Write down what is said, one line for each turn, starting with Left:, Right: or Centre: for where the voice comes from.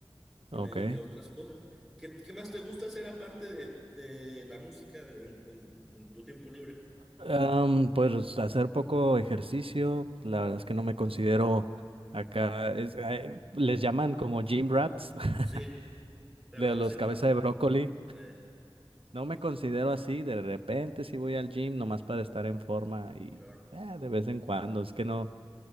Centre: y
Right: ok.
Centre: me dediqué a otras cosas. ¿Qué, qué más te gusta hacer aparte de, de la música de- en, en- en tu tiempo libre?
Right: Am, pues hacer poco ejercicio, la verdad es que no me considero acá, es- eh, les llaman como gym rats, <laughs>
Centre: Sí, pero
Right: de
Centre: de vez
Right: los
Centre: en
Right: cabeza
Centre: cuando.
Right: de brócoli.
Centre: eh,
Right: No me considero así, de repente sí voy al gym nomás para estar en forma y
Centre: claro.
Right: eh, de vez en cuando, es que no,